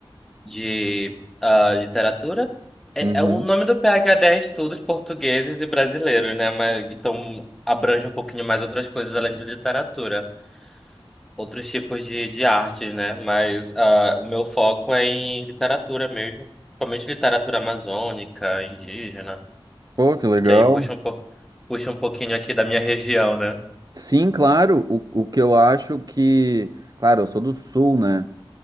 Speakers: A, in the centre; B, on the right (about 45°).
A: de ah, literatura. É,
B: Uhum.
A: é- o nome do PhD é Estudos Portugueses e Brasileiros, né? Mas, então abrange um pouquinho mais outras coisas além de literatura. Outros tipos de, de artes, né? Mas ah, o meu foco é em literatura mesmo. Principalmente literatura amazônica, indígena.
B: Pô, que legal.
A: Que aí puxa um, po... puxa um pouquinho aqui da minha região, né?
B: Sim, claro. O, o que eu acho que. Claro, eu sou do Sul, né?